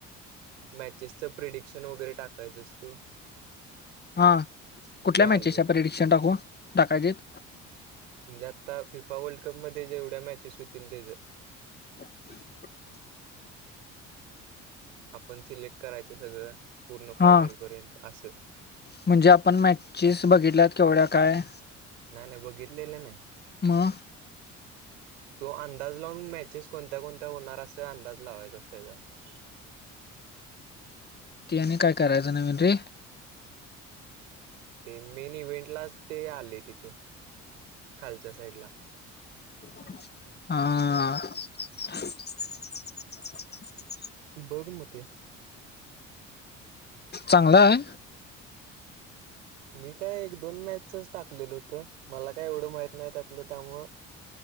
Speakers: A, on the right; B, on the left.
A: मॅचेसचं प्रिडिक्शन वगैरे टाकायचंस तू.
B: हा कुठल्या
A: ते आले
B: मॅचेच्या परिडिक्शन टाकू टाकायचीत
A: म्हणजे आता फिफा वर्ल्ड कप मध्ये जेवढ्या मॅचेस होतील त्याच
B: <inaudible>
A: आपण सिलेक्ट करायचं सगळं. पूर्ण फायनलपर्यंत
B: हा
A: असं
B: म्हणजे आपण मॅचेस बघितल्यात केवढ्या काय.
A: आणि बघितलेलं नाही
B: म?
A: तो अंदाज लावून मॅचेस कोणत्या कोणत्या होणार असं अंदाज लावायचा अस त्याच्यावर
B: ती आणि काय करायचं नवीन रे
A: ते मेन इव्हेंटलाच ते आलय तिथं खालच्या साईडला
B: हां.
A: बघ म ते
B: चांगला आहे.
A: मी काय एक दोन मॅचच टाकलेलं हुतं मला काय एवढं माहित नाही त्यातलं त्यामुळ